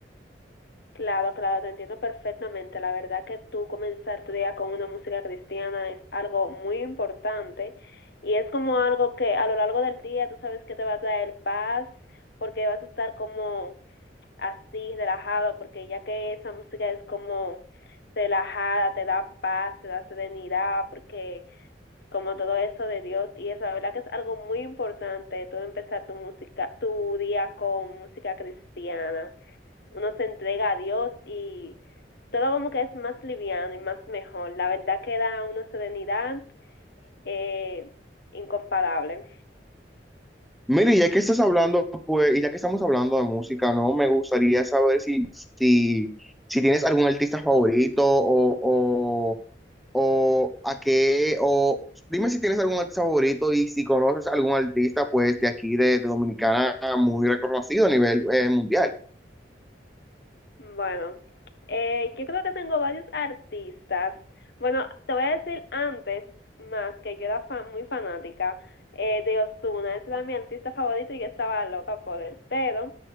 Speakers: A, on the left; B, in the centre.
A: Claro, claro, te entiendo perfectamente. La verdad que tú comenzar tu día con una música cristiana es algo muy importante y es como algo que a lo largo del día tú sabes que te va a traer paz porque vas a estar como así, relajado, porque ya que esa música es como relajada, te da paz, te da serenidad, porque como todo eso de Dios y eso, la verdad que es algo muy importante tú empezar tu música, tu día con música cristiana uno se entrega a Dios y todo como que es más liviano y más mejor. La verdad que da una serenidad eh, incomparable.
B: Mire, ya que estás hablando, pues, y ya que estamos hablando de música, ¿no? Me gustaría saber si, si, si tienes algún artista favorito o, o, o a qué, o dime si tienes algún artista favorito y si conoces algún artista, pues, de aquí, de, de Dominicana, muy reconocido a nivel eh, mundial.
A: Bueno, eh, yo creo que tengo varios artistas. Bueno, te voy a decir antes, más que yo era fan- muy fanática eh, de Ozuna. Ese era mi artista favorito y yo estaba loca por él. Pero